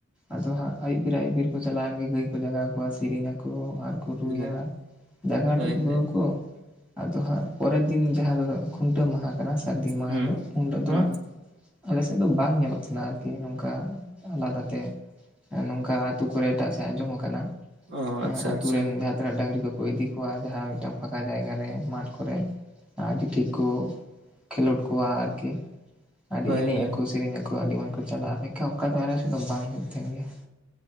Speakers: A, in the centre; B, on the right.
A: ᱟᱫᱚ ᱦᱟᱸᱜ ᱟᱭᱩᱵ ᱵᱮᱨ ᱟᱭᱩᱵ ᱵᱮᱨ ᱠᱚ ᱪᱟᱞᱟᱣᱮᱱ ᱜᱮ ᱜᱟᱹᱭ ᱠᱚ ᱡᱟᱜᱟᱣ ᱠᱚᱣᱟ ᱥᱮᱨᱮᱧ ᱟᱠᱚ᱾ ᱠᱚ ᱟᱨ ᱠᱚ ᱨᱩᱭᱟ,
B: ᱦᱮᱸ
A: ᱡᱟᱜᱟ
B: ᱦᱳᱭ
A: ᱴᱩᱠᱩ
B: ᱦᱳᱭ
A: ᱦᱚᱠᱚ ᱟᱫᱚ ᱦᱟᱸᱜ ᱯᱚᱨᱮᱨ ᱫᱤᱱ ᱡᱟᱦᱟᱸ ᱫᱚ ᱠᱷᱩᱱᱴᱟᱹᱣ ᱢᱟᱦᱟ ᱠᱟᱱᱟ ᱥᱟᱹᱨᱫᱤ ᱢᱟᱦᱟ
B: ᱦᱩᱸ
A: ᱦᱤᱞᱳᱜ ᱩᱱ ᱨᱮ ᱫᱚ,
B: ᱦᱩᱸ
A: ᱦᱟᱸᱜ ᱟᱞᱮ ᱥᱮᱫ ᱫᱚ ᱵᱟᱝ ᱧᱮᱞᱚᱜ ᱛᱟᱦᱮᱱᱟ ᱟᱨᱠᱤ ᱱᱚᱝᱠᱟ ᱟᱞᱟᱫᱟ ᱛᱮ᱾ ᱱᱚᱝᱠᱟ ᱟᱛᱩ ᱠᱚᱨᱮ ᱮᱴᱟᱜ ᱥᱮᱫ ᱟᱸᱡᱚᱢ ᱠᱟᱱᱟ,
B: ᱚ ᱟᱪᱪᱷᱟ
A: ᱟᱛᱳ
B: ᱟᱪᱪᱷᱟ
A: ᱨᱮᱱ ᱡᱟᱦᱟᱸᱛᱤᱱᱟᱹᱜ ᱰᱟᱹᱝᱨᱤ ᱠᱚᱠᱚ ᱤᱫᱤ ᱠᱚᱣᱟ ᱡᱟᱦᱟᱸ ᱢᱤᱫᱴᱟᱝ ᱯᱷᱟᱸᱠᱟ ᱡᱟᱭᱜᱟ ᱨᱮ, ᱢᱟᱴᱷ ᱠᱚᱨᱮ, ᱟᱹᱰᱤ ᱴᱷᱤᱠ ᱠᱚ ᱠᱷᱮᱞᱳᱰ ᱠᱚᱣᱟ ᱟᱨᱠᱤ, ᱟᱹᱰᱤ
B: ᱦᱳᱭ
A: ᱮᱱᱮᱡ
B: ᱦᱳᱭ
A: ᱟᱠᱚ, ᱥᱮᱨᱮᱧ ᱟᱠᱚ, ᱟᱹᱰᱤ ᱢᱚᱸᱡᱽ ᱠᱚ ᱪᱟᱞᱟᱜᱼᱟ ᱢᱮᱱᱠᱷᱟᱱ ᱚᱠᱟ ᱫᱚ ᱟᱞᱮ ᱥᱮ ᱫᱚ ᱵᱟᱝ ᱦᱳᱭᱳᱜ ᱛᱟᱦᱮᱱ ᱜᱮᱭᱟ᱾